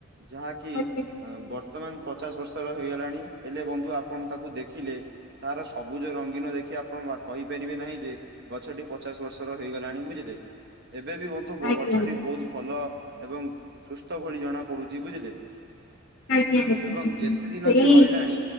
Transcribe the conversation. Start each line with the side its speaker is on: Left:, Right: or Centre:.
Right: ଯାହାକି
Left: ଆଜ୍ଞା
Right: ବର୍ତ୍ତମାନ ପଚାଶ ବର୍ଷର ହେଇଗଲାଣି, ହେଲେ ବନ୍ଧୁ ଆପଣ ତାକୁ ଦେଖିଲେ ତାର ସବୁଜ ରଙ୍ଗୀନ ଦେଖି ଆପଣ କହିପାରିବେ ନାହିଁ ଯେ ଗଛଟି ପଚାଶ ବର୍ଷର ହେଇଗଲାଣି, ବୁଝିଲେ? ଏବେ ବି କିନ୍ତୁ ବ-ଗଛଟି
Left: ଆଜ୍ଞା
Right: ବହୁତ ଭଲ ଏବଂ ସୁସ୍ଥ ଭଳି ଜଣା ପଡୁଚି ବୁଝିଲେ।
Left: ଆଜ୍ଞା ଆଜ୍ଞା
Right: ଏବଂ ଯେତେ ଦିନ
Left: ସେଇ
Right: ସେ ରହିଲାଣି